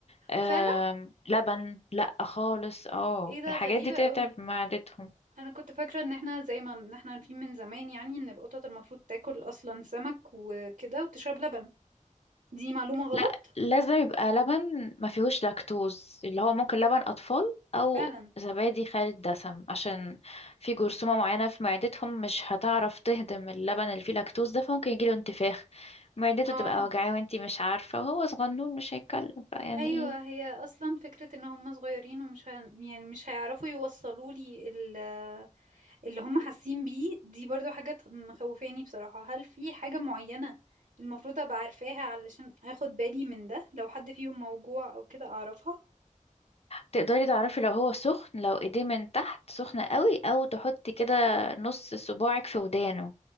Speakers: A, on the left (about 50°); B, on the right (about 75°).
A: أه
B: فعلا
A: لبن لا خالص اه
B: ايه ده
A: الحاجات
B: غريبة
A: دي تتعب
B: قوي
A: معدتهم
B: انا كنت فاكره ان احنا زي ما إن احنا عارفين من زمان يعني ان القطط المفروض تاكل اصلا سمك وكده وتشرب لبن دي معلومه غلط
A: لا لازم يبقى لبن ما فيهوش لاكتوز اللي هو ممكن لبن اطفال او
B: فعلا
A: زبادي خالي الدسم عشان في جرثومة معينة في معدتهم مش هتعرف تهضم اللبن اللي فيه لاكتوز ده فممكن يجيله انتفاخ معدته
B: اه
A: تبقى وجعاه وانتي مش عارفة وهو صغنون مش هيتكلم فيعني
B: ايوه
A: ايه
B: هي اصلا فكره ان هم صغيرين ومش ه... يعني مش هيعرفوا يوصلوا لي ال... اللي هم حاسين بيه دي برضو حاجه تخ- مخوفاني بصراحه هل في حاجه معينه المفروض ابقى عارفاها علشان اخد بالي من ده لو حد فيهم موجوع او كده اعرفها
A: تقدري تعرفي لو هو سخن لو ايديه من تحت سخنة قوي او تحطي كده نص صباعك في ودانه